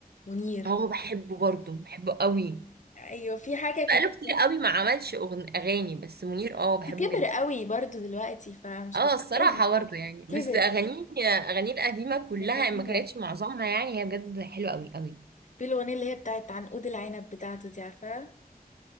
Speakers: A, on the left; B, on the right.
A: منير
B: اه بحبه برضو بحبه قوي
A: أيوة في حاجة
B: بس بقاله
A: كانت
B: كتير قوي ما عملش أغن... أغاني بس منير اه
A: بس
B: بحبه
A: كبر
B: جدا
A: قوي برضو دلوقتي فمش
B: اه
A: هتبقى
B: الصراحة برضه يعني
A: كبر
B: بس أغانيه أغانيه القديمة كلها
A: كانت جميلة
B: ما كانتش معظمها يعني هي بجد حلوة أوي أوي
A: في الأغنية اللي هي بتاعت عنقود العنب بتاعته دي عارفاها